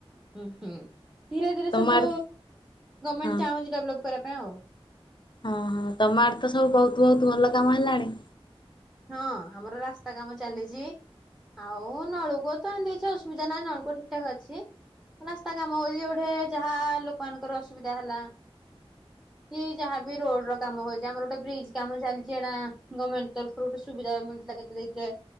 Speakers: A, in the centre; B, on the left.
A: ହୁଁ ହୁଁ ଧୀରେ ଧୀରେ
B: ତମ
A: ସବୁ
B: ଆଡେ
A: ଗମେଣ୍ଟ
B: ହଁ
A: ଚାହୁଁଛି ଡେଭଲପ କରିବା ପାଇଁ ଆଉ।
B: ହଁ ହଁ ତମ ଆଡେ ତ ସବୁ ବହୁତ ବହୁତ ଭଲ କାମ ହେଲାଣି।
A: ହଁ ଆମର ରାସ୍ତା କାମ ଚାଲିଚି। ଆଉ ନଳୂକୂଅ ତ ଏମିତି କିଛି ଅସୁବିଧା ନାହିଁ ନଳକୂଅ ଠିକ ଠାକ ଅଛି। ରାସ୍ତା କାମ ହଉଚି ଯୋଉଠି ଯାହା ଲୋକମାନାନଙ୍କର ଅସୁବିଧା ହେଲା କି ଯାହା ବି ରୋଡ ର କାମ ହଉଛି, ଆମର ଗୋଟେ ବ୍ରିଜ କାମ ଚାଲିଚି ସେଟା ଗମେଣ୍ଟ ତରଫ ରୁ ଗୋଟେ ସୁବିଧା ମିଳିଥିଲା କେତେ ଦେଇଥିଲେ